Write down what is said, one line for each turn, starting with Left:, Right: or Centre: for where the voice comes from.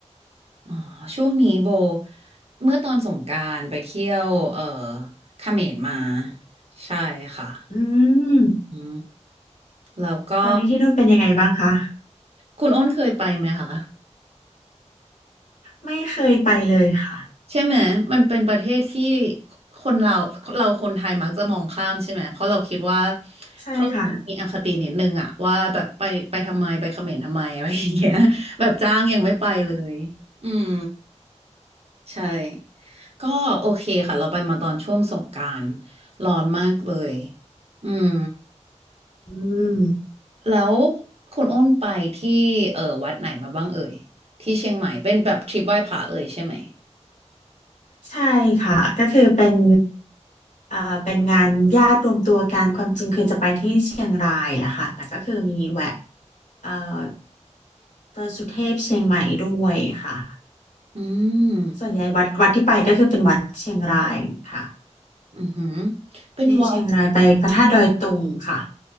Right: อ๋อช่วงนี้โบเมื่อตอนสงกรานต์ไปเที่ยวเอ่อเขมรมา ใช่ค่ะ
Left: อืม
Right: อืมแล้วก็
Left: ตอนนี้ที่นู่นเป็นยังไงบ้างคะ
Right: คุณโอ้นเคยไปไหมคะ
Left: ไม่เคยไปเลยค่ะ
Right: ใช่ไหม มันเป็นประเทศที่คนเราเราคนไทยมักจะมองข้ามใช่ไหม เพราะเราคิดว่า
Left: ใช่ค่ะ
Right: เพราะเรามีอคตินิดนึงอะว่าแบบไปไปทำไมไปเขมรทำไมอะไรอย่างเงี้ยแบบจ้างยังไม่ไปเลย อืม ใช่ก็โอเคค่ะเราไปมาตอนช่วงสงกรานต์ร้อนมากเลยอืม
Left: อืม
Right: แล้วคุณอ้นไปที่เออวัดไหนมาบ้างเอ่ยที่เชียงใหม่เป็นแบบทริปไหว้พระเอ่ยใช่ไหม
Left: ใช่ค่ะก็คือเป็นเอ่อเป็นงานญาติรวมตัวกันความจริงคือจะไปที่เชียงรายแหละค่ะแต่ก็คือมีแวะเอ่อ ดอยสุเทพเชียงใหม่ด้วยค่ะ
Right: อืม
Left: ส่วนใหญ่วัดวัดที่ไปก็คือเป็นวัดเชียงรายค่ะ
Right: อือหือเป็นวัด
Left: ที่เชียงรายไปพระธาตุดอยตุงค่ะ